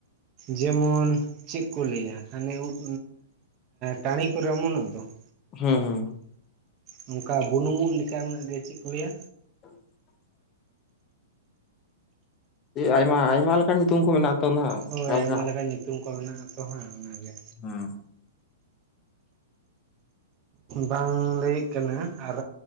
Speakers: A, on the right; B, on the left.
A: ᱡᱮᱢᱚᱱ ᱪᱮᱫ ᱠᱚ ᱞᱟᱹᱭᱟ ᱦᱟᱱᱮ ᱩᱫᱽ ᱴᱟᱺᱤ ᱠᱚᱨᱮ ᱚᱢᱚᱱᱚᱜ ᱫᱚ ᱾
B: ᱦᱮᱸ ᱦᱩᱸ ᱾
A: ᱱᱚᱝᱠᱟ ᱵᱩᱱᱩᱢᱚᱜ ᱞᱮᱠᱟᱱᱟᱜ ᱜᱮ ᱪᱮᱫ ᱠᱚ ᱞᱟᱹᱭᱟ?
B: <inaudible> ᱟᱭᱢᱟ ᱟᱭᱢᱟ ᱞᱮᱠᱟᱱ ᱧᱩᱛᱩᱢ ᱠᱚ ᱢᱮᱱᱟᱜ ᱛᱚ ᱱᱟᱦᱟᱜ
A: ᱦᱳᱭ
B: ᱚᱠᱟ
A: ᱟᱭᱢᱟ
B: ᱞᱮᱠᱟᱱᱟᱜ
A: ᱞᱮᱠᱟᱱ ᱧᱩᱛᱩᱢ ᱠᱚ ᱢᱮᱱᱟᱜ-ᱟ ᱛᱚ ᱦᱟᱸ ᱚᱱᱟᱜᱮ
B: ᱦᱮᱸ <inaudible>
A: ᱵᱟᱝ ᱞᱟᱹᱭᱮᱜ ᱠᱟᱱᱟ ᱟᱨ